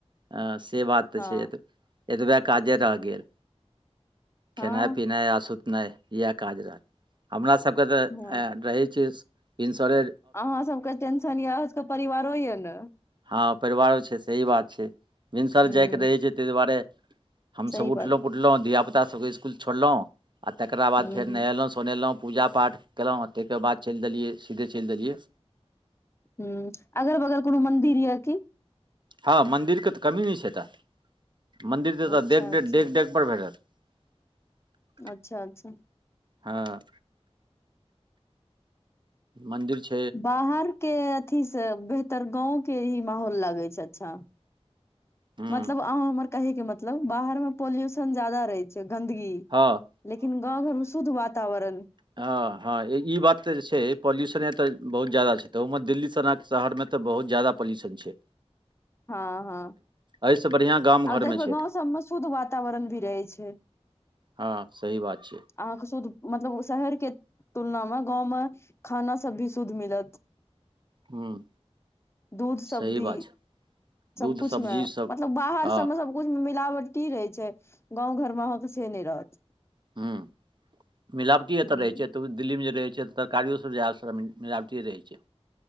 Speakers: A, on the right; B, on the left.
A: ह से बात तऽ
B: हँ
A: छै एत। एतबे काजे रहि गेल। खेनाइ
B: हँ
A: पिनाइ आ सुत नहि इएह काज रहल हमरा सबके तऽ
B: हँ
A: रहै छै इन्स्योरे
B: अहाँ सबके टेंशन यऽ अहाँ सबके परिवारो यऽ ने।
A: हँ परिवारो छै, सही बात छै, भिनसर
B: हूँ
A: जायके रहै छै, तै दुआरे हमसभ
B: सही बात
A: उठलहुँ पुठलहुँ धियाापुता सभके इसकुल छोड़लहुँ। आ तकरा बाद
B: हूँ
A: फेर
B: हूँ
A: नहेलहुँ सोनेलहुँ पूजा पा कयलहुँ तै के बाद चलि देलियै सीधे चलि देलियै
B: हूं अगर बगल कोनो मन्दिर यऽ की
A: हँ मंन्दिर के तऽ कमी नहि छै एतऽ मंन्दिर तऽ
B: अच्छा
A: एतऽ डेग -डेग
B: अच्छा
A: - डेग -डेग <unintelligible>
B: अच्छा - अच्छा।
A: हँ। मन्दिर छै।
B: बाहरके अथीसँ बेहतर गाँवके ही माहौल लागै छै, अच्छा।
A: हूँ
B: मतलब अ हमर कहेके मतलब बाहर में पोल्युशन जादा रहै छै गन्दगी।
A: हँ
B: लेकिन गाँ घर में शुद्ध वातावरण।
A: हं - हँ ई बात तऽ जे छै। पॉल्यूशने तऽ बहुत ज्यदा छै। त ओ दिल्ली स शहर में तऽ बहुत जादा पोल्यूशन छै।
B: हँ- हँ।
A: एहिसँ बढ़िआँ गाम घरमे
B: आ देखबै
A: छै
B: गाँव सबमे शुद्ध वातावरण भी रहै छै।
A: हँ सही बात छै।
B: अहाँके शुद्ध मतलब शहरके तुलना में गाँव में खाना सब भी शुद्ध मिलत।
A: ह
B: दूध सब
A: सही
B: भी
A: बात छै
B: सबकुछमे
A: दूध सब्जी सब
B: मतलब बाहर
A: हँ
B: सबमे सबकुछ मे मिलावटी रहे छै। गाँंव घर महक से नहि रहत।
A: हूं मिलावटी
B: हूँ,
A: एतऽ रहै छै। तब दिल्ली में जे रहै छैत तरकारियो सभ जाए हैत से मिलावटीए रहै छै।